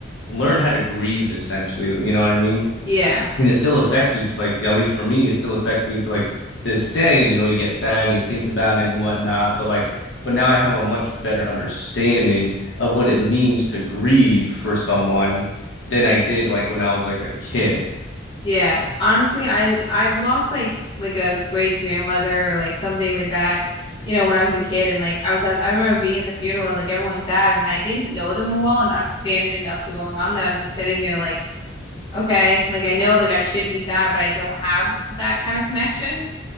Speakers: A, on the left; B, on the left.
A: learn how to grieve essentially. You know what I mean?
B: Yeah.
A: and it still affects you to like at least for me it still affects me to like this day you know you get sad and you think about it and whatnot but like but now i have a much better understanding of what it means to grieve for someone than i did like when i was like a kid
B: Yeah, honestly, I I've lost like like a great grandmother or like something like that, you know, when I was a kid and like I was at, I remember being at the funeral and like everyone's sad and I didn't know them well and understand enough to go on that I'm just sitting there like, okay, like I know like I should be sad, but I don't have that kind of connection.